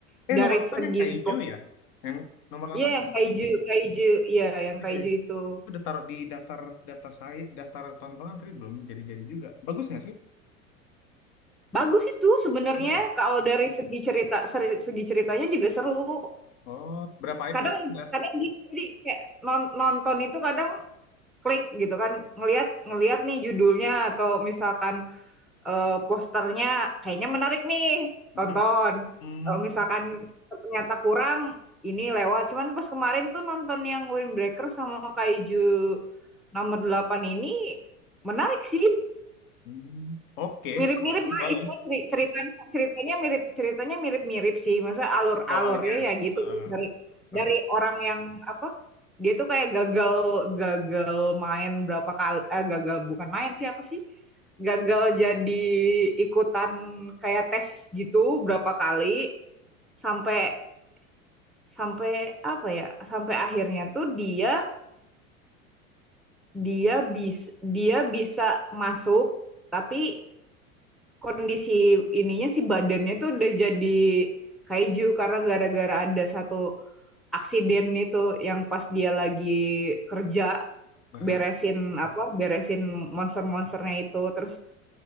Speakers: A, in the centre; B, on the left.
A: dari
B: Eh nomor 8
A: segi
B: yang kayak hijau
A: plot
B: ya? Yang nomor delapan
A: iya
B: kayak
A: yang
B: hijau
A: Kaiju
B: ya?
A: Kaiju, iya yang Kaiju
B: Eh,
A: itu.
B: itu udah taruh di daftar daftar saya, daftar tontonan tapi belum jadi-jadi juga. Bagus nggak sih?
A: Bagus itu sebenarnya
B: Bagus ya?
A: kalau dari segi cerita seri segi ceritanya juga seru.
B: Oh, berapa
A: Kadang
B: episode udah?
A: kadang gitu, jadi kayak non nonton itu kadang klik gitu kan, ngelihat ngelihat nih judulnya atau misalkan, eee, posternya kayaknya menarik nih,
B: Hmm,
A: tonton.
B: hmm,
A: Kalau misalkan ternyata kurang, ini lewat. Cuman pas kemarin tuh nonton yang Windbreaker sama Kaiju Nomor delapan ini menarik sih.
B: hmm. Oke,
A: Mirip-mirip
B: <laughs>
A: lah
B: boleh.
A: isinya ceritanya ceritanya mirip ceritanya mirip-mirip sih, maksudnya alur-alurnya
B: Polanya.
A: ya gitu
B: Heeh,
A: dari dari
B: heeh,
A: orang yang apa, dia tuh kayak gagal gagal main berapa kali eh, gagal bukan main sih, apa sih, gagal jadi ikutan kayak tes gitu berapa kali, sampai sampai apa ya, sampai akhirnya tuh dia dia bis dia bisa masuk, tapi kondisi ininya sih badannya tuh udah jadi kaiju karena gara-gara ada satu aksiden itu yang pas dia lagi kerja
B: heeh.
A: beresin apa, beresin monster-monsternya itu terus